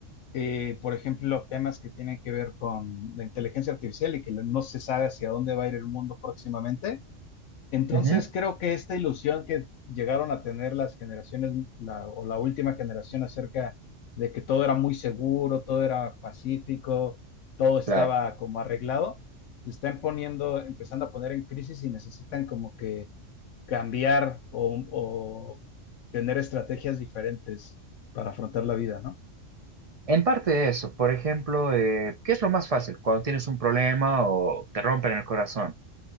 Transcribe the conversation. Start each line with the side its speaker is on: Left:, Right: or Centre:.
Left: Eh, por ejemplo, temas que tienen que ver con la inteligencia artificial y que no se sabe hacia dónde va a ir el mundo próximamente. Entonces
Right: Ujú,
Left: creo que esta ilusión que llegaron a tener las generaciones la- o la última generación acerca de que todo era muy seguro, todo era pacífico, todo estaba
Right: claro.
Left: como arreglado, se están poniendo, empezando a poner en crisis y necesitan como que cambiar o, o tener estrategias diferentes para afrontar la vida, ¿no?
Right: En parte de eso, por ejemplo, eh, ¿qué es lo más fácil cuando tienes un problema o te rompen el corazón?